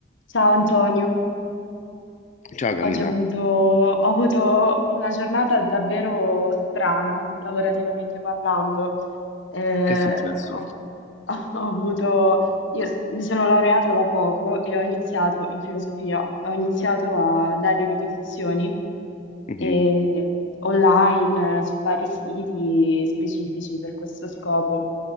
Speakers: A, on the left; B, on the left.
A: Ciao Antonio,
B: Ciao Camilla,
A: oggi ho avuto, ho avuto una giornata davvero strana, lavorativamente parlando eh,
B: che è successo?
A: ho, <laughs> ho avuto, io s- mi sono laureata da poco e ho iniziato in filosofia, ho iniziato a dare ripetizioni
B: Mhm,
A: e online eh, su vari siti specifici per questo scopo.